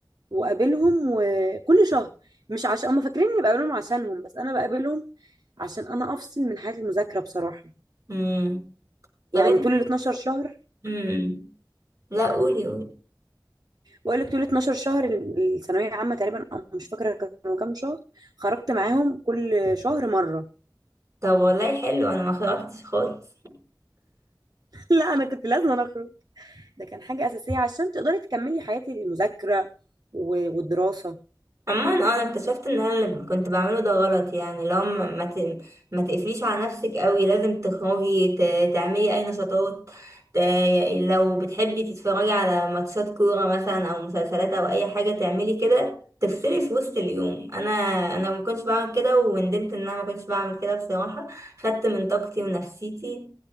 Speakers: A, on the right; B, on the right.
A: واقابلهم وكل شهر مش عشان هم فاكرين اني بقابلهم عشانهم بس انا بقابلهم عشان انا افصل من حياه المذاكره بصراحه
B: امم طب
A: يعني
B: انت
A: طول ال 12 شهر
B: امم لا قولي قولي
A: بقول لك طول 12 شهر ال- الثانويه العامه تقريبا أو مش فاكره كانوا كام شهر خرجت معاهم كل شهر مره
B: طب والله حلو انا ما خرجتش خالص
A: لا انا كنت لازم أنا اخرج ده كان حاجه اساسيه عشان تقدري تكملي حياتي المذاكره و- والدراسه
B: عموما آه، انا اكتشفت ان انا اللي كنت بعمله ده غلط يعني لو ما ما ت- ما تقفليش على نفسك قوي لازم تخرجي ت- تعملي اي نشاطات ت- لو بتحبي تتفرجي على ماتشات كورة مثلا او مسلسلات او اي حاجة تعملي كده تفصلي في وسط اليوم انا انا ما كنتش بعمل كده وندمت ان انا ما كنتش بعمل كده بصراحة خدت من طاقتي ونفسيتي